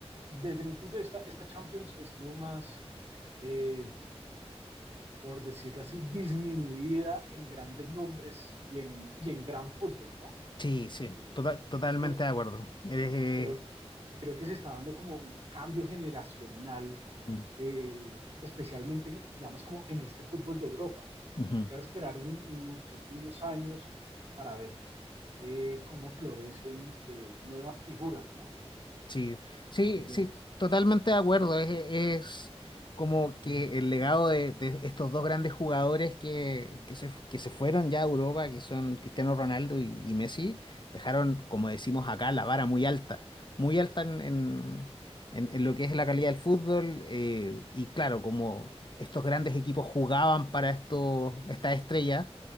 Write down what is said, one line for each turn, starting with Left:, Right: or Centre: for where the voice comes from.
Right: Desde mi punto de vista, esta Champions estuvo más, eh, por decirlo así, disminuida en grandes nombres y en, y en gran fútbol, ¿no?
Left: Sí, sí,
Right: Eh,
Left: total, totalmente
Right: yo creo
Left: de acuerdo. Eres, eh,
Right: Creo que, creo que se está dando como un cambio generacional,
Left: mm.
Right: eh, especialmente, digamos, como en este fútbol de Europa.
Left: Ujú.
Right: Toca esperar un- un- creo que unos años para ver eh, cómo florecen eh, nuevas figuras, ¿no?
Left: Sí, sí,
Right: ¿Tú qué piensas?
Left: sí, totalmente de acuerdo. Es, es como que el legado de, de estos dos grandes jugadores que, que se, que se fueron ya a Europa, que son Cristiano Ronaldo y, y Messi, dejaron, como decimos acá, la vara muy alta, muy alta en, en, en- en lo que es la calidad del fútbol. eh, y claro, como estos grandes equipos jugaban para estos, estas estrellas,